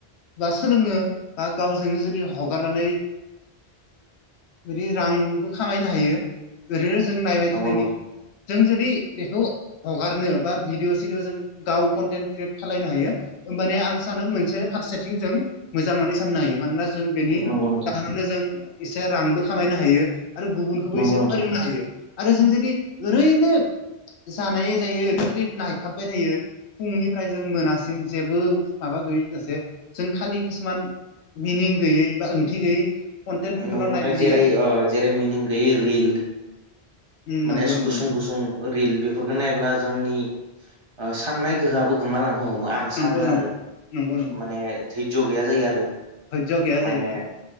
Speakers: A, on the left; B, on the right.
A: बा सोलोङो बा गावजोंनो जुदि हगारनानै बिदि रांबो खामायनो हायो ओरैनो जों नायबाय
B: नंगौ
A: थानायनि
B: नोंथां
A: जों जुदि बेखौ हगारनो बा भिडिअ सिडियअ जों गाव कन्टेन्ट क्रियेट खालायनो हायो होमबाने आं सानो मोनसे फारसेथिं जों मोजां होननानै साननो हायो मानोना जों बेनि
B: नंगौ नोंथां
A: जाहोनावनो जों एसे रांबो खामायनो हायो आरो गुबुनखौबो
B: नंगौ
A: एसे
B: नोंथां
A: फोरोंनो हायो आरो जों जुदि ओरैनो जानाय जायै ओरैनोसदि नायथाबबाय थायो फुंनिफ्राय जों मोनासिम जेबो माबा गैयै जाासे जों खालि किसुमान मिनिं गैयै बा ओंथि गैयै कन्टेन्टफोरखौल'
B: न' नोंथां
A: नायबाय
B: जेरै
A: थायो
B: जेरै मिनिं गैयै रिल
A: उम नंगौ
B: माने
A: नंगौ
B: गुसुं गुसुं रिल बेफोरफोरखौ नाय्ला जोंनि साननाय गोहोआबो गोमालांनो हमो आं
A: नंगौ
B: आं सानो आरो
A: नंगौ नंगौ
B: माने धैज गैया जायो आरो
A: धयज' गैया
B: माने
A: जायो ओं